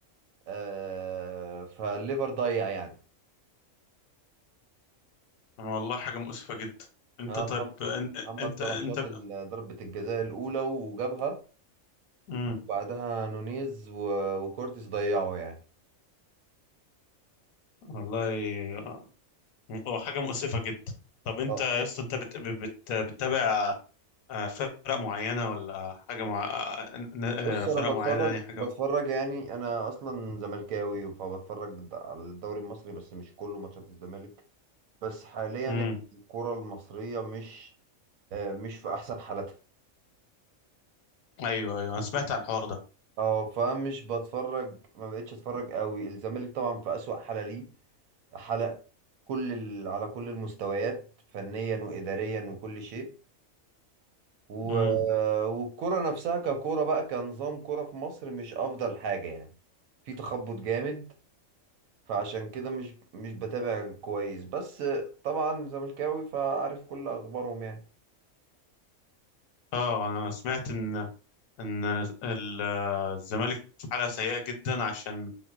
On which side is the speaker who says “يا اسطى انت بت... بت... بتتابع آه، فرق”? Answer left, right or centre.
Left